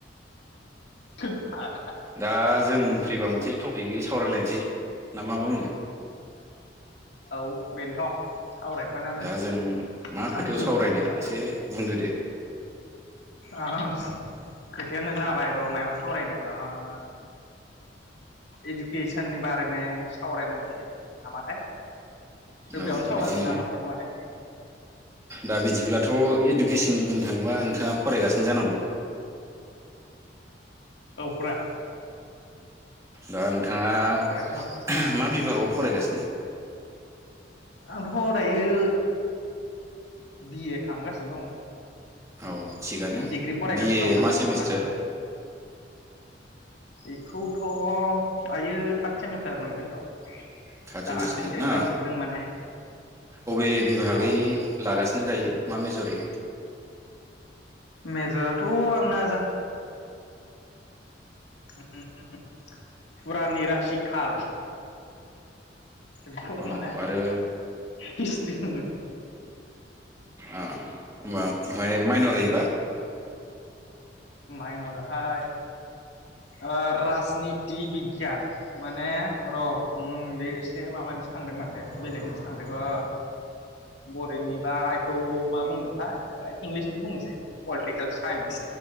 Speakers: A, on the left; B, on the right.
A: थ <unintelligible>
B: दा जों फैबा मोनसे टपिकै सावरायलायनोसै ना मा बुङो?
A: औ बेनोथ' सावरायथ' नांगोन
B: दा जों मा
A: थाम्फै
B: खोथायाव
A: सौदों
B: सावरायनो
A: नामाब्रा
B: एसे बुंदो दे।
A: ओ खोथायानो <unintelligible> र'मायाव सावरायनो ओ आा एजुकेसन नि बारे मे सावरायनांसिगोन नामाथाय
B: औ
A: बेयावनो सावरायनोसै
B: बिदिनो
A: नामाथाय नङा दे
B: दा बिदिब्लाथ' केसननि बुंनो थाङोबा नोंथाङा फरायगासिनो जानांगौ।
A: औफ्रा
B: दा नोंथाङा
A: फरायगासिनो दं
B: मा बिभागाव फरायगासिनो?
A: आंथ हर दायो बिए खालामगासिनो दं
B: औ थिगानो
A: डिग्रि फरायगासिनो
B: बिए
A: दं माने
B: मा सेमिस्टार
A: दाथ' एखौ थ' दायो थार्ड सेमिस्टार मोनगोन र'
B: <unintelligible>
A: दाख्लैसो एगजाम
B: ना
A: जोबदों माने
B: अबे बिभागै
A: औ
B: लागासिनो दायो? मा मेजरि?
A: मेजराथ' आंना <inaudible> फुरानि रासि खाल बेखौ
B: औ
A: माने
B: आरो
A: हिस्ट्रि बुङो। <inaudible>
B: आ होमबा ओमफ्राय माइनरैबा?
A: माइन'रा हाय ओ राजनिति बिगियान। माने र उम्म बे से माबानिसो थांदों माथो बेलेगनिसो थांदों ओ ओरैनिबा थ' मा बुंगोनथाय इंलिसनि बुंसै पलिटिकेल साइन्स।